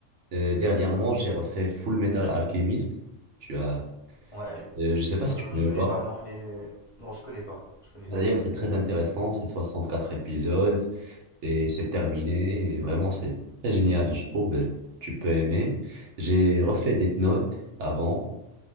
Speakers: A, on the right (about 70°); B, on the left (about 35°).
A: Euh, dernièrement, j'ai refait Full Metal Alchemist. Tu as,
B: Ouais.
A: Euh, je sais pas
B: Euh,
A: si tu connais
B: je connais
A: ou pas.
B: pas, non, mais... Non, je connais pas, je connais
A: Bah,
B: pas.
A: D'ailleurs, c'est très intéressant, c'est 64 épisodes et c'est terminé. Et vraiment, c'est très génial, je trouve. et Tu peux aimer. J'ai refait
B: Mhm.
A: des notes avant